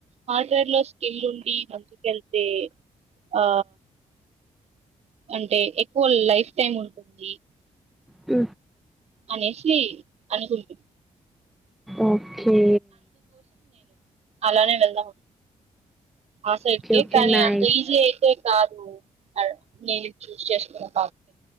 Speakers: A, on the right; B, in the centre.
A: హార్ట్వేర్ లో స్కిల్ ఉండి మంచి వెళ్తే ఆ అంటే ఎక్కువ లైఫ్ టైమ్ ఉంటుంది
B: ఉ
A: అనేసి అనుకుంటుంది
B: ఓకే
A: అలానే వెళ్దాం ఆ సైడ్
B: ఓకే
A: కే
B: ఓకే
A: కానీ
B: నైస్
A: అంత ఈజి అయితే కా మ్ అదే నేను చూసేచేసుకు